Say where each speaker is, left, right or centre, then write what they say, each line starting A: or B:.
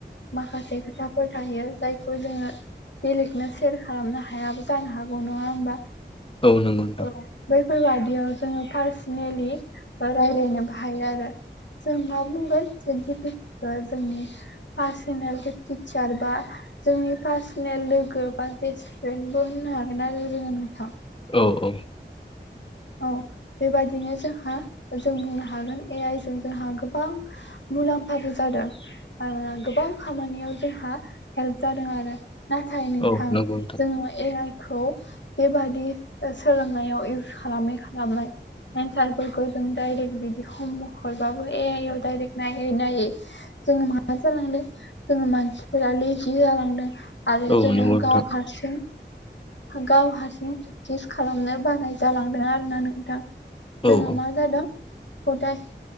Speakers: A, on the left; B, on the left.
A: माखासे खोथाफोर थायो जायखौ जोङो बेलेगनो सेयार खालामनो हायाबो जानो हागौ नङा होमबा
B: औ नगौ नोंथां।
A: औ बैफोरबादियाव जोङो पारसनेलि रायलायनोबो हायो आरो जों मा बुंगोन सेट जि पि टिखौ जोंनि पार्सनेल टिचार बा जोंनि पार्सनेल लोगो बा बेस्ट फ्रेन्डबो होननो हागोन आरो जोङो नोंथां।
B: औ औ
A: औ बेबायदिनो जोंहा जों बुंनो हागोन ए आइ जों जोंहा गोबां मुलाम्फाबो जादों आरोना गोबां खामानियाव जोंहा हेल्प जादों आरो नाथाय नोंथां
B: औ नंगौ नोंथां
A: जोङो ए आइ खौ बेबादि सोलोंनायाव इउ खालामै खालामै एन्सारफोरखौ जों डायरेक्ट बिदि हमवर्क हरबाबो ए आइआव डायरेक्ट नायै नायै जोङो मा जालांदों जोङो मानसिफोरा लेजि जालांदों। आरो
B: औ
A: जोङो
B: नंगौ नोंथां
A: गाव हारसिं गाव हारसिं प्रेक्टिस खालामनो बानाय जालांदों आरोना नोंथां। जोङो
B: औ औ
A: मा जादों खदाय